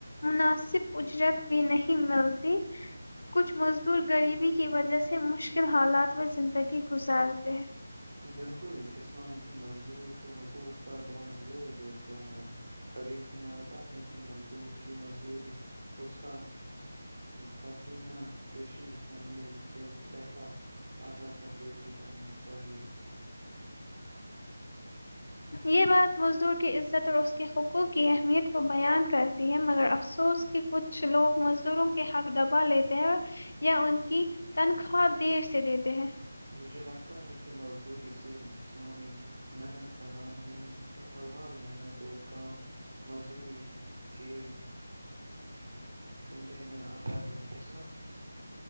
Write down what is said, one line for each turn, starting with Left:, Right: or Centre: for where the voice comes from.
Left: مناسب اجرت بھی نہیں ملتی کچھ مزدور غریبی کی وجہ سے مشکل حالات میں زندگی گزارتے ہیں
Right: بالکل اسلام بھی مزدور کے حقوق پر بہت زور دیتا ہے حدیث میں آتا ہے کہ مزدور کی مزدوری اس کا پسینہ خوشی ہونے سے پہلا ادا کر دیتی چاہیے
Left: یہ بات مزدور کی عزت اور اس کے حقوق کی اہمیت کو بیان کرتی ہے مگر افسوس کہ کچھ لوگ مزدوروں کے حق دبا لیتے ہیں یا ان کی تنخواہ دیر سے دیتے ہیں
Right: مجھے لگتا ہے کہ مزدوری صرف جسمانی محنت کا نام نہیں ہر حال حال محنت اور کام مزدوری کے زمرے میں آتا ہے قسمت